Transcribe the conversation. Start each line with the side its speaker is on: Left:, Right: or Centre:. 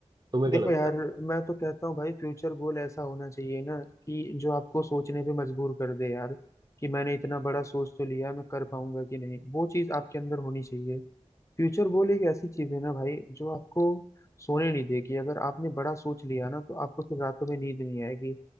Right: तुम्हें
Left: देखो
Right: क्या लगता
Left: यार
Right: है
Left: मैं तो कहता हूँ भाई फ्यूचर गोल ऐसा होना चाहिए ना कि जो आपको सोचने पे मजबूर कर दे यार कि मैंने इतना बड़ा सोच तो लिया मैं कर पाऊंगा कि नहीं वो चीज आपके अंदर होनी चाहिए फ्यूचर गोल एक ऐसी चीज है ना भाई जो आपको सोने नहीं देगी अगर आपने बड़ा सोच लिया ना तो आपको फिर रातों में नींद नहीं आएगी